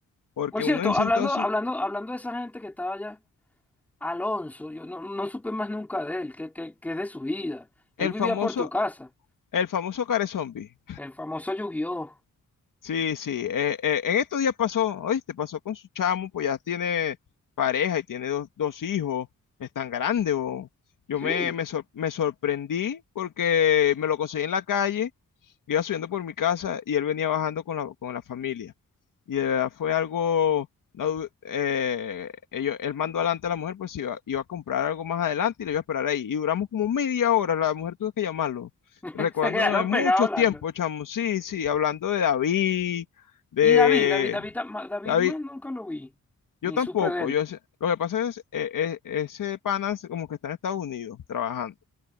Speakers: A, on the left; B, in the centre.
A: porque
B: Por cierto,
A: uno en ese
B: hablando,
A: entonces,
B: hablando, hablando de esa gente que estaba allá, Alonso, yo no, no supe más nunca de él, que, que, que es de su vida. Él
A: el
B: vivía
A: famoso,
B: por tu casa.
A: el famoso care zombie.
B: El famoso Yu-Gi-Oh!
A: Sí, sí. eh, eh, en estos días pasó, oíste, pasó con su chamo, pues ya tiene pareja y tiene dos, dos hijos, es tan grande, bo. Yo
B: Sí,
A: me, me, sor- me sorprendí porque me lo conseguí en la calle, iba subiendo por mi casa y él venía bajando con la, con la familia. Y de verdad fue algo, no du- eh, ellos- él mandó adelante a la mujer, pues iba, iba a comprar algo más adelante y le iba a esperar ahí. Y duramos como media hora, la mujer tuvo que llamarlo
B: <laughs>
A: recordándome
B: se quedaron
A: de muchos
B: pegados hablando.
A: tiempos, chamo. Sí, sí, hablando de David, de
B: Y David, David, David, ma- David
A: David.
B: más nunca lo vi, ni
A: Yo tampoco,
B: supe de él.
A: yo sé- lo que pasa es, eh, eh, ese pana es como que está en Estados Unidos trabajando,